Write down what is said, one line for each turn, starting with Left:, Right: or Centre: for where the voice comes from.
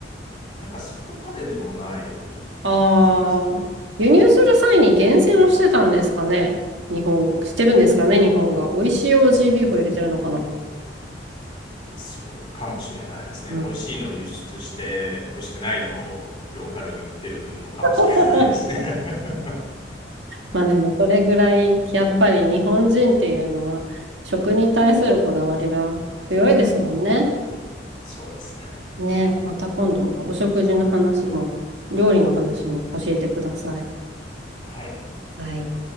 Left: なんかそこまででもない
Right: ああ、
Left: 気がして、
Right: 輸入する際に厳選をしてたんですかね。日本、してるんですかね、日本が。美味しいオージービーフを入れてるのかな。
Left: そうかもしれないですね。
Right: うん。
Left: 美味しいのを輸出して、美味しくないのをローカルに売ってるのかもしれないですね。
Right: <laughs>
Left: <laughs>
Right: まあでも、それぐらい、やっぱり日本人っていうのは、食に対するこだわりが強いですもんね。
Left: そうですね。
Right: ね、また今度お食事の話も、料理の話も教えてください。
Left: はい。
Right: はい。